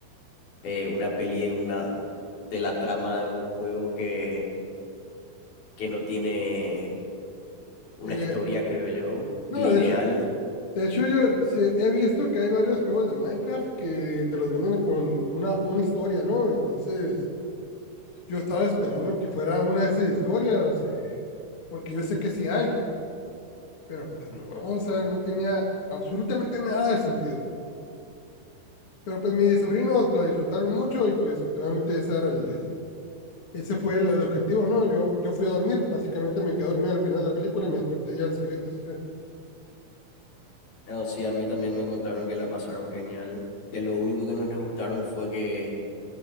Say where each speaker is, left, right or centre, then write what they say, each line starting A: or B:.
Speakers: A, on the left (about 90°); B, on the left (about 35°).
A: eh, una peli, una, de la trama de un juego que, que no tiene una
B: Eh,
A: historia, creo yo,
B: no,
A: lineal.
B: de hecho, de hecho yo se- he visto que hay varios juegos de Minecraft que te los venden con una, una historia, ¿no? Entonces, yo estaba esperando que fuera una de esas historias, eh, porque yo sé que sí hay, pero pues no, o sea, no tenía absolutamente nada de sentido. Pero pues mis sobrinos lo disfrutaron mucho y pues últimamente ese era el, el- ese fue el, el objetivo, ¿no? Yo, yo fui a dormir, básicamente me quedé dormido al final de la película y me desperté ya a los créditos.
A: No, sí, a mí también me contaron que la pasaron genial, que lo único que no les gustaron fue que,